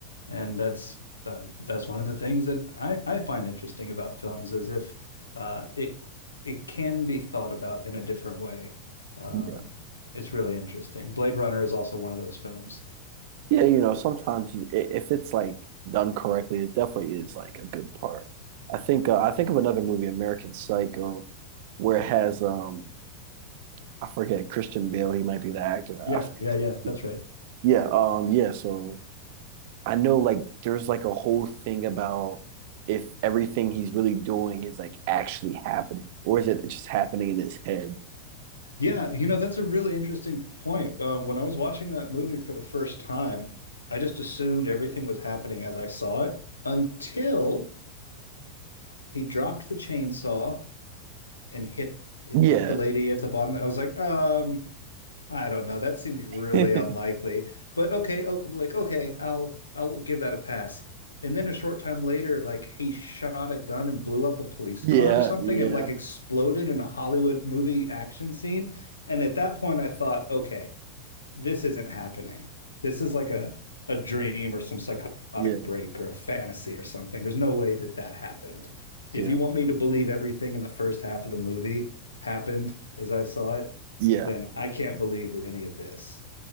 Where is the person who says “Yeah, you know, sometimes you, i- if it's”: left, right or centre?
Right